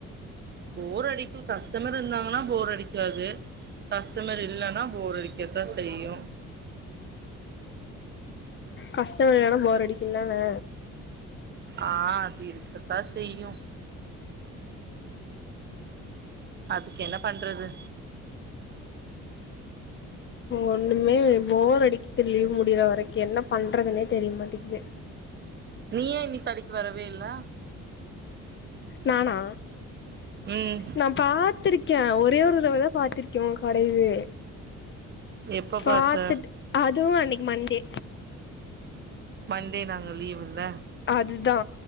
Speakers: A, on the right; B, on the left.
A: போர் அடிக்கு கஸ்டமர் இருந்தாங்கன்னா போர் அடிக்காது கஷ்டமர் இல்லனா போரடிக்கத்தா செய்யு
B: கஷ்டமர் இல்லனா போர் அடிக்குந் தானே
A: ஆ அது இருக்கதா செய்யு அதுக்கென்ன பண்றது
B: ஒன்னுமே இல்ல போர் அடிக்து லீவு முடியற வரைக்கு என்ன பண்றதுன்னே தெரியமாட்டிக்து
A: நீ ஏ இன்னிக் கடைக்கு வரவே இல்ல
B: நானா
A: ம்
B: நா பாத்திருக்கே ஒரே ஒரு தடவ தா பாத்திருக்கே உ கடையவே
A: எப்ப
B: பாத்துட்
A: பாத்த
B: அதுவு அன்னைக்கு மண்டே
A: மண்டே நாங்க லீவுல்ல
B: அதுதா